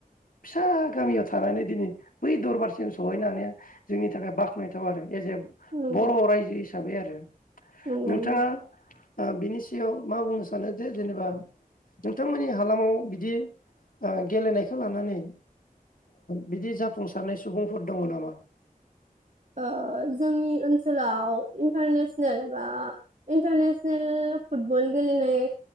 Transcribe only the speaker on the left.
फिसा गामियाव थानानै दिनै बै दरबारसिम सहैनो हानाया जोंनि थाखाय बाख्नायथाव आरो एज ए
बर' रायजो हिसाबै आरो
नोंथाङा
ओ बिनि सिगाङाव मा बुंनो स सानो जे जेनेबा नोंथांमोननि हालामाव ओ बिदि गेलेनायखौ लानानै बिदि जाफुंसारनाय सुबुंफोर दङ नामा?